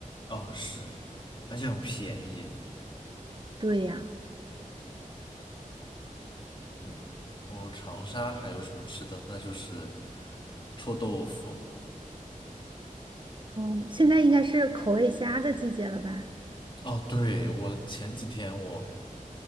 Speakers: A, on the left; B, on the right.
A: 啊是，而且很便宜。
B: 对呀，
A: 对，然后长沙还有什么吃的？那就是臭豆腐。
B: 哦，现在应该是口味虾的季节了吧？
A: 哦，对，我前几天我